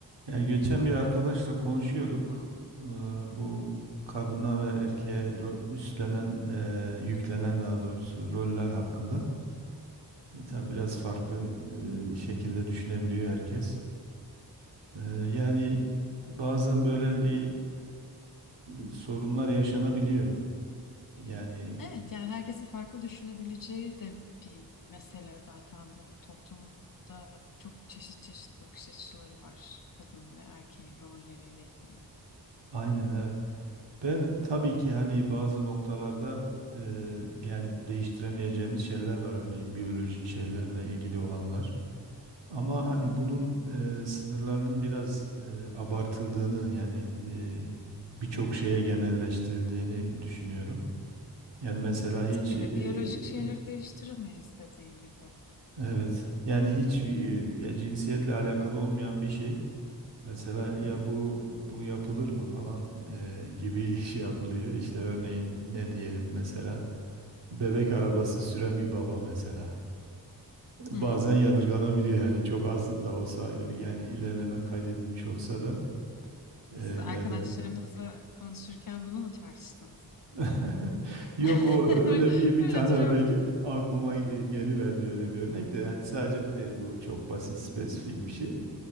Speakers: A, on the right; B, on the left.
A: Ya geçen bir arkadaşla konuşuyorduk. Ee, bu kadına ve erkeğe ro- üstlenen, e, yüklenen daha doğrusu roller hakkında. E, tabii biraz farklı e, şekilde düşünebiliyor herkes. Ee, yani bazen böyle bir e, sorunlar yaşanabiliyor. Yani
B: Evet yani herkesin farklı düşünebileceği de bir mesele zaten bu. Toplumda çok çeşit çeşit bakış açıları var kadın ve erkeğin rolleriyle ilgili.
A: aynen evet. Ben tabii ki hani bazı noktalarda e, yani değiştiremeyeceğimiz şeyler var. Örneğin biyolojik şeylerle ilgili olanlar. Ama hani bunun e, sınırlarının biraz e, abartıldığını yani e, birçok şeye genelleştirildiğini düşünüyorum. Yani mesela hiç
B: Ve
A: e,
B: biyolojik şeyleri değiştiremeyiz dediğin gibi.
A: evet yani hiç e, ya cinsiyetle alakalı olmayan bir şey mesela ya bu bu yapılır mı falan e, gibi <laughs> şey yapılıyor. İşte örneğin ne diyelim mesela bebek arabası süren bir baba mesela. Bazen
B: Hmm.
A: yadırganabiliyor yani çok az da olsa yani ilerleme kaydedilmiş olsa da Ee,
B: Siz
A: ya
B: arkadaşlarınızla
A: da
B: konuşurken bunu mu tartıştınız?
A: <laughs> yok
B: <laughs>
A: o öyle bir bir
B: Öyle
A: tane
B: duruyor.
A: örnek aklıma e, geliverdi öyle bir örnek de yani sadece bu değil bu çok basit spesifik bir şey.